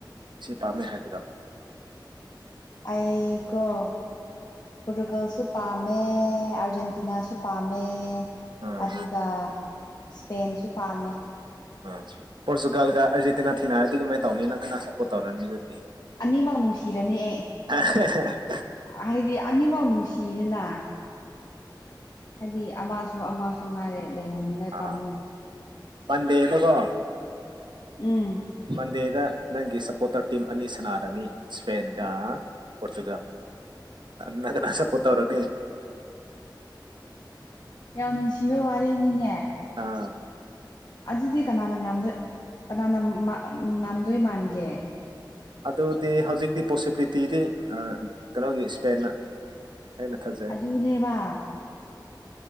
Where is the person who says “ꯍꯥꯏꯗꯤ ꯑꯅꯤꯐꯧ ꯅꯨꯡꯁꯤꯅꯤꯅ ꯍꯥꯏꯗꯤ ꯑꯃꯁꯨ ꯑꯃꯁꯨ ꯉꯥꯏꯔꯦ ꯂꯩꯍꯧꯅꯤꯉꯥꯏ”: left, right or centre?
Left